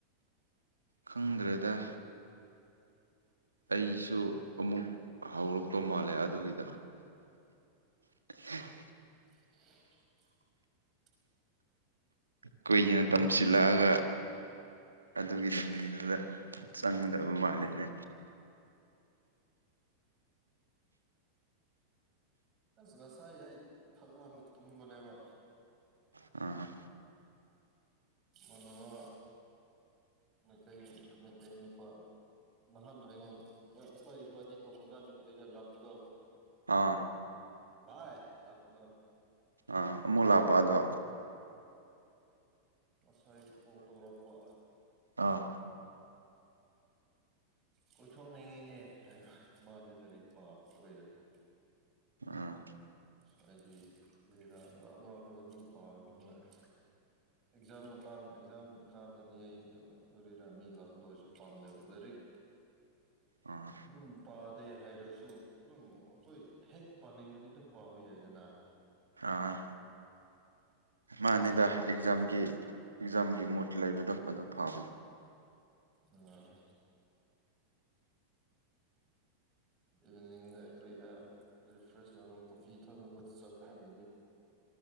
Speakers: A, on the right (about 80°); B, on the right (about 30°).
A: ꯈꯪꯗ꯭ꯔꯦꯗ ꯑꯩꯁꯨ ꯑꯃꯨꯛ ꯍꯧꯔꯛꯇꯧ ꯃꯥꯜꯂꯦ ꯑꯗꯨꯒꯤꯗꯣ <unintelligible>
B: <inaudible> <inaudible>
A: ꯀꯨꯏꯅ ꯇꯝꯁꯤꯜꯂꯛꯑꯒ ꯑꯗꯨꯒꯤ ꯂꯝꯕꯤꯗꯨꯗ ꯆꯪꯒꯗꯕ ꯃꯥꯂꯤꯅꯦ
B: ꯑꯁ ꯉꯁꯥꯏ ꯑꯩ ꯐꯖꯅ ꯇꯨꯝꯕꯅꯦꯕ
A: ꯑ
B: ꯃꯅꯅꯕ ꯃꯩꯇꯩ ꯃꯩꯇꯩ ꯅꯨꯄꯥ ꯅꯍꯥꯟ ꯑꯩꯉꯣꯟ ꯃꯣꯏ ꯑꯁꯣꯏ ꯕꯅꯤ ꯇꯨꯝꯃꯒꯥꯟꯗ ꯀꯔꯤꯔ ꯂꯥꯛꯄꯗꯣ
A: ꯑꯥ
B: ꯚꯥꯏ ꯂꯥꯛꯄꯗꯣ
A: ꯑꯥ ꯑꯃꯨꯛ ꯂꯥꯛꯄ ꯑꯗꯣ
B: ꯉꯁꯥꯏ ꯀꯣꯜ ꯇꯧꯔꯛꯄ
A: ꯑꯥ
B: ꯀꯣꯏꯊꯣꯛꯅꯤꯡꯉꯤꯅꯦ ꯃꯥꯗ ꯂꯥꯏꯔꯤꯛ ꯄꯥꯕꯗ ꯑꯣꯏꯔꯕ
A: ꯑꯥ
B: <inaudible> <inaudible> ꯗ ꯑꯗꯨꯝ ꯄꯥꯅꯦ <unintelligible> ꯑꯦꯛꯖꯥꯝ ꯃꯇꯥꯡ ꯑꯦꯛꯖꯥꯝ ꯀꯥꯟꯗꯗꯤ ꯑꯩꯁꯨ ꯀꯔꯤꯔ ꯃꯤ ꯂꯥꯛꯄꯗ ꯑꯩꯁꯨ ꯄꯥꯝꯗꯦꯕ ꯂꯥꯏꯔꯤꯛ
A: ꯑꯥ
B: ꯑꯗꯨꯝ ꯄꯥꯗꯦ ꯍꯥꯏꯔꯁꯨ ꯑꯗꯨꯝ ꯑꯩꯈꯣꯏ ꯍꯦꯛ ꯄꯥꯅꯤꯡꯉꯗꯤ ꯑꯗꯨꯝ ꯄꯥꯕ ꯌꯥꯏꯗꯅ
A: ꯑꯥ ꯃꯥꯅꯤꯗ
B: ꯍꯌꯦꯡꯅꯤꯅ
A: ꯑꯦꯛꯖꯥꯝꯒꯤ ꯑꯦꯛꯖꯥꯝꯒꯤ ꯃꯨꯠ ꯂꯩꯕꯗꯣ ꯑꯗꯨ ꯐꯕꯅꯤ
B: ꯑ ꯏꯚꯤꯅꯤꯡꯗ ꯀꯔꯤꯗ ꯔꯤꯐ꯭ꯔꯦꯁ ꯇꯧꯅ ꯀꯣꯐꯤ ꯊꯥꯛꯅꯕ ꯆꯠ ꯈꯅ